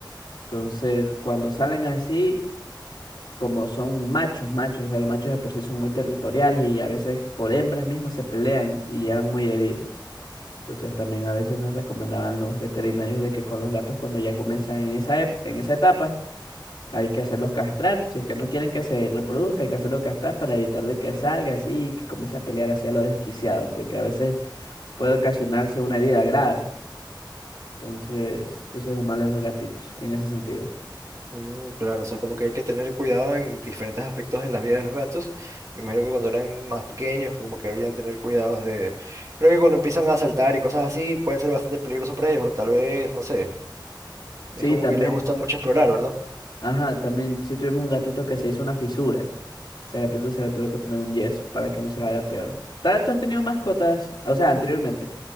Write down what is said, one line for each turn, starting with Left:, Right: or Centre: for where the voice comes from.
Left: Entonces, cuando salen así, como son machos, machos, o sea, los machos de por sí son muy territoriales y a veces por hembras mismos se pelean y llegan muy heridos. Entonces, también a veces nos recomendaban los veterinarios de que con los gatos, cuando ya comienzan en esa, ep- en esa etapa, Hay que hacerlos castrar. Si es que no quieren que se reproduzca, hay que hacerlos castrar para evitar de que salga así y que comience a pelear hacia lo desquiciado, porque a veces puede ocasionarse una herida grave. Entonces, eso es lo malo de los gatitos, en ese sentido.
Right: Mm, claro, o sea, como que hay que tener cuidado en diferentes aspectos de la vida de los gatos. Me imagino que cuando eran más pequeños, como que habían tener cuidados de... Creo que cuando empiezan a saltar y cosas así, pueden ser bastante peligrosos para ellos, o tal vez, no sé, es
Left: Sí,
Right: como
Left: también,
Right: que les gusta mucho explorar, ¿verdad?
Left: ajá, también sí tuvimos un gatito que se hizo una fisura. Ese gatito se le tuvo que poner un yeso para que no se le haga peor. Ta- ¿Tú has tenido mascotas? O sea, anteriormente.